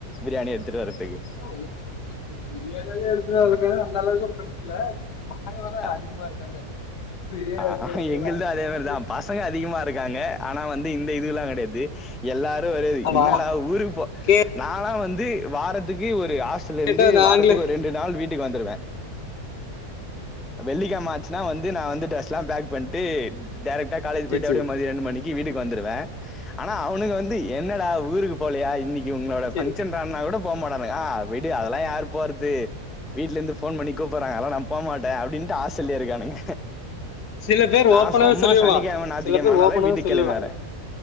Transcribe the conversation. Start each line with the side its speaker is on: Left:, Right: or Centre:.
Centre: பிரியாணி எடுத்துட்டு வரதுக்கு
Left: <inaudible> எனக்கு எடுத்து வரதுக்கு அந்தளவுக்கு ஃப்ரெண்ஸ் இல்ல பசங்லல்ல
Centre: ஆ
Left: அதிகமா இருக்காங்க பிரியாணி
Centre: ஆ
Left: எடுத்துட்டு
Centre: எங்களு
Left: வர்றதுக்கெல்லா
Centre: அதே மாரிதா பசங்க அதிகமா இருக்காங்க ஆனா வந்து இந்த இதுகெல்லா கெடையாது எல்லாரு ஒரு
Left: ஆமா
Centre: என்னடா ஊருக்கு போ
Left: கே
Centre: நால்லா வந்து வாரத்துக்கு ஒரு ஆஸ் ட்டலந்து
Left: கேட்டா நாங்களே
Centre: வாரத்துக்கு ஒரு ரெண்டு நாள் வீட் டுக்கு வந்துருவே வெள்ளிக்கெழம ஆச்சுன்னா வந்து நா வந்து ட்ரெஸ் லா பேக் பண்ட்டு டேரெக்டா காலேஜ் போய்ட்டு
Left: சேரி
Centre: அப்டியே
Left: சேரி
Centre: மதிய ரெண்டு மணி க்கி வீட்டுக்கு வந்துருவே ஆனா அவனுங்க வந்து என்னடா ஊருக்கு போலையா இன்னைக்கி உன்னோட
Left: சேரி
Centre: ஃபங்க்ஷன் னா கூட போ மாட்டானுங்க ஆ விடு அதெல்லா யாரு போறது வீட்லருந்து போன் பண்ணி கூப்புறாங்க அதலா போ மாட்டே அப்டின்ட்டு ஹாஸ்டல்லே இருக்கானுங்க
Left: சில பேர்
Centre: நா
Left: ஓப்பனாவே
Centre: சொம்மா
Left: சொல்லிருவா
Centre: சனிக்கிழம நாத்திக்கிழமனாலே
Left: சில பேர் ஓப்பனாவே
Centre: வீட்டுக்கு
Left: சொல்லிருவா
Centre: கெளம்பி வர